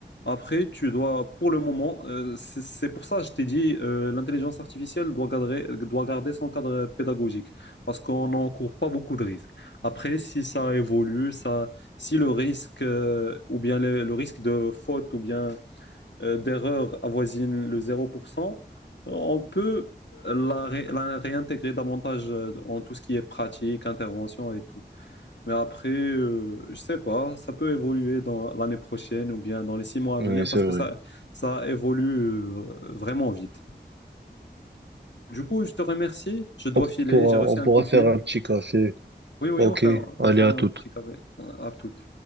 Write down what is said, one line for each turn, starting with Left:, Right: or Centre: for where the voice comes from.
Left: Après, tu dois, pour le moment, euh, c'est c'est pour ça que je t'ai dit, euh, l'intelligence artificielle doit garder, doit garder son cadre pédagogique, parce qu'on n'encourt pas beaucoup de risques. Après, si ça évolue, ça, si le risque, euh, ou bien le, le risque de faute ou bien euh, d'erreur avoisine le zéro pour cent, on peut la, ré- la réintégrer davantage euh, en tout ce qui est pratique, intervention et tout. Mais après, euh, je sais pas, ça peut évoluer dans l'année prochaine ou bien dans les six mois à
Right: Oui,
Left: venir
Right: c'est
Left: parce
Right: vrai.
Left: que ça, ça évolue euh, vraiment vite. Du coup, je te remercie. Je dois
Right: On
Left: filer.
Right: pourra,
Left: J'ai reçu
Right: on
Left: un
Right: pourra
Left: coup de
Right: faire
Left: fil.
Right: un petit café.
Left: Oui, oui,
Right: Ok,
Left: on fait, on
Right: allez
Left: fait
Right: à
Left: un
Right: tout.
Left: petit café. À toutes.